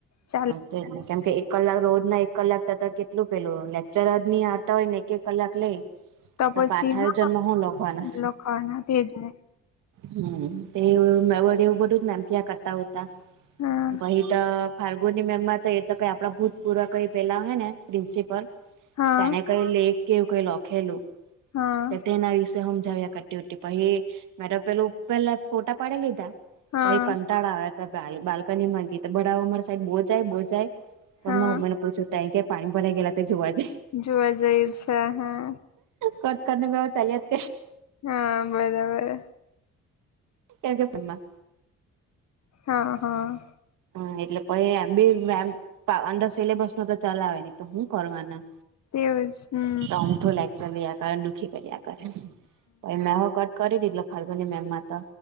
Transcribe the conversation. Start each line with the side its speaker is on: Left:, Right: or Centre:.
Left: ચાલ
Right: તેજ ને કેમ કે એક કલાક રોજ ના એક કલાક થતા કેટલું પેલું લેક્ચર જ ની આવતા હોય ને એક એક કલાક લેય
Left: તો
Right: તાં
Left: પછી
Right: પાછા આયોજનનુ
Left: હા
Right: હું લખવાના
Left: લખાણ તેજ ને
Right: હં તે વળી <unintelligible> બધું જ મેમ કીયા કરતા ઉતા
Left: હં
Right: પહી તો ફાલ્ગુની મેમમાં તો એ તો કંઈ આપણા ભૂતપૂર્વ કંઈ પેલા અહે ને પ્રિન્સિપલ
Left: હા
Right: તેને કઈ લેખ કે એવુ લખેલું
Left: હા
Right: તો તેના વિષ હમજાવ્યા કરટી પહિ મારે પણ એ મે તો પેલુ પેલા ફોટા પાડી લીધા
Left: હા
Right: પહિ તાળા આવ્યા હતા બાલ્કનીમા ઊભી બડાઓ અમારી સાઈડ બો જાય બો જાય
Left: હા
Right: મ મને પૂછે કેમ કે પાણી ભરાઈ ગયેલા તે જોવા જાય
Left: જોવા ગઈ છે હા.
Right: કટ કરને બેવ ચાલીયાત કઈ
Left: હા બરાબર.
Right: કે ગે તમાર
Left: હ હ
Right: હ એટલે આમ બી અડર સિલેબસ ન તો ચલાવે ની તો હું કરવાના
Left: તેવું જ હમ
Right: અમથું લેક્ચર લેયા કરે અને કામ ચલાવ ચલિયા કરે દુઃખી કર્યા કરે લેવા <unintelligible> કરી દીધલો ફાલ્ગુની મેમમાં તો